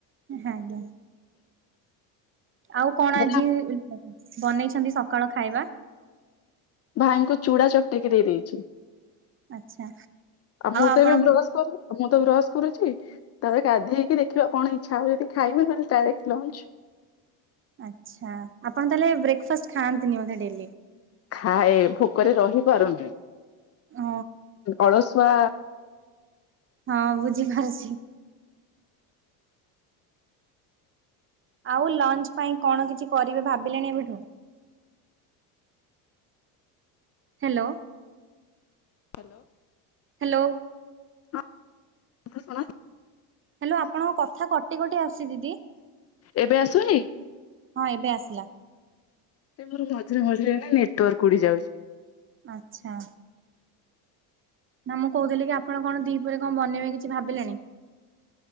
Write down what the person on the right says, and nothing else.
ଆ୍ଞା। ଆଉ କଣ
ଆଜି ବନେଇଛନ୍ତି ସକାଳ ଖାଇବା?
ଆଚ୍ଛା
ଆପଣ
ହଁ
ଆ୍ଛା ଆପଣ ତାହେଲେ ବ୍ରେକ୍ଫାଷ୍ଟ ଖାଆନ୍ତିନିୋେ ଡେଲି।
ହ।
ହଁ ବୁଝିପାରୁଛି। ଆଉ ଲଞ୍ଚ ପାଇଁ କଣ କିଛି କରିବେ ଭାବିଲେଣି ଏବେଠୁ? ହ୍ୟାଲୋ।
Hello.
hello ଆପଣଙ୍କ କଥା କଟି କଟି ଆସି ଦିଦି।
ହଁ ଏବେ ଆସିଲା।
ଆଚ୍ଛା। ନା ମୁଁ କହୁଥିଲି କି ଆପଣ କଣ ଦିପରେ କଣ ବନେଇବେ କିଛି ଭାବିଲେଣି?